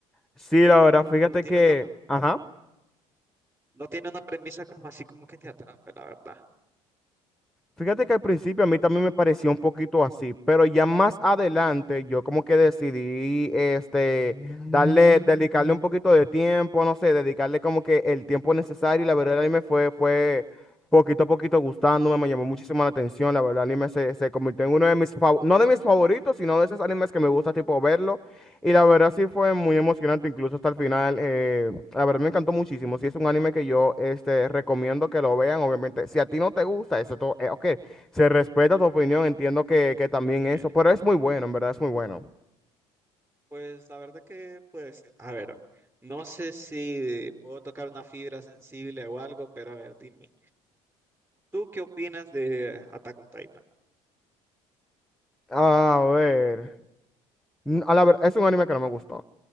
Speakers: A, in the centre; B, on the right (about 15°).
A: Sí,
B: digamos,
A: la
B: el-
A: verdad, fíjate
B: no tiene
A: que,
B: una,
A: ajá.
B: no tiene una premisa como así como que te atrape, la verdad.
A: Fíjate que al principio a mí también me pareció un poquito así, pero ya más adelante yo como que decidí, este, darle, dedicarle un poquito de tiempo, no sé, dedicarle como que el tiempo necesario y la verdad el mí me fue, fue poquito a poquito gustándome, me llamó muchísimo la atención, la verdad el anime se, se convirtió en uno de mis, fav- no de mis favoritos, sino de esos animes que me gusta tipo verlo y la verdad sí fue muy emocionante incluso hasta el final. eh, la verdad me encantó muchísimo. Sí, es un anime que yo este, recomiendo que lo vean. Obviamente, si a ti no te gusta, eso todo, eh, ok, se respeta tu opinión, entiendo que, que también
B: Eh,
A: eso, pero es muy bueno, en verdad es muy bueno.
B: Pues la verdad que puede ser. A ver, no sé si puedo tocar una fibra sensible o algo, pero a ver, dime. ¿Tú qué opinas de Attack on Titan?
A: A ver, n- a la ver- es un anime que no me gustó.